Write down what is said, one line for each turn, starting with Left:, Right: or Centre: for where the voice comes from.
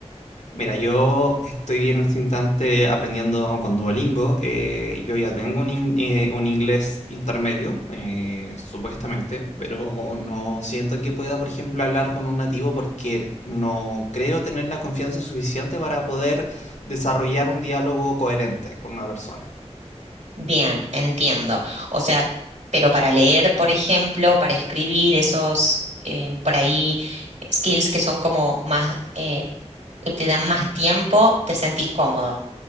Left: Mira, yo estoy en este instante aprendiendo con Duolingo. eh, yo ya tengo un, in- eh, un inglés intermedio, eh, supuestamente, pero no siento que pueda, por ejemplo, hablar con un nativo porque no creo tener la confianza suficiente para poder desarrollar un diálogo coherente con una persona.
Right: Bien, entiendo. O sea, pero para leer, por ejemplo, para escribir esos, eh, por ahí, skills que son como más, eh, que te dan más tiempo, ¿te sentís cómodo?